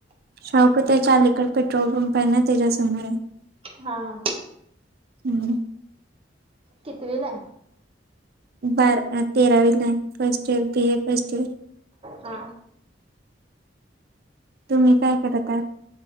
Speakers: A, on the right (about 55°); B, on the right (about 30°).
A: शावक त्या लकड पेट्रोल पंप आहे ना त्याच्यासमोर
B: हा हा
A: हम्म
B: किती वेला
A: बारा तेरा वेला first year B A first year
B: हा
A: तुम्ही काय करतात